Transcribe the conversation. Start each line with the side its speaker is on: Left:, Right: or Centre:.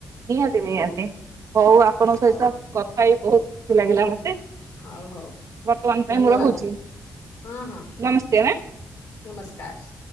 Right: ନିହାତି ନିହାତି ହଉ ଆପଣଙ୍କ ସହିତ
Left: ହଉ
Right: କଥା ହେଇ ବହୁତ ଖୁସି ଲାଗିଲା ମତେ।
Left: ହଉ ହଉ
Right: ବର୍ତ୍ତମାନ ପାଇଁ
Left: ଧନ୍ୟବାଦ
Right: ମୁଁ ରହୁଛି
Left: ହଁ ହଁ
Right: ନମସ୍କାର ଆଁ।
Left: ନମସ୍କାର।